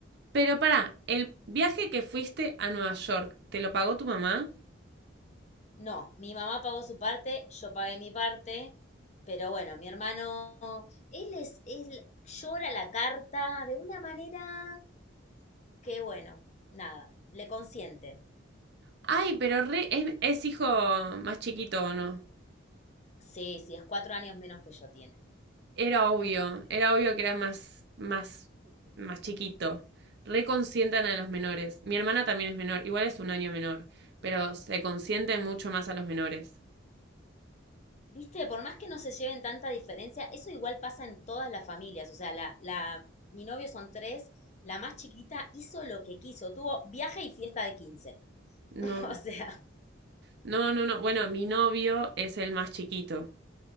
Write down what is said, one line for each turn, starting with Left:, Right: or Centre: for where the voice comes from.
Right: Pero pará, el viaje que fuiste a Nueva York, ¿te lo pagó tu mamá?
Left: No, mi mamá pagó su parte, yo pagué mi parte, pero bueno, mi hermano, él es, él llora la carta de una manera que, bueno, nada, le consienten.
Right: Ay, pero re- es, es hijo más chiquito o no.
Left: Sí, sí, es cuatro años menos que yo tiene.
Right: Era obvio, era obvio que era más, más, más chiquito. Reconsientan a los menores. Mi hermana también es menor, igual es un año menor, pero se consienten mucho más a los menores.
Left: Viste, por más que no se lleven tanta diferencia, eso igual pasa en todas las familias. O sea, la, la, mi novio son tres, la más chiquita hizo lo que quiso, tuvo viaje y fiesta de 15.
Right: No,
Left: <laughs> O sea,
Right: no, no, no. Bueno, mi novio es el más chiquito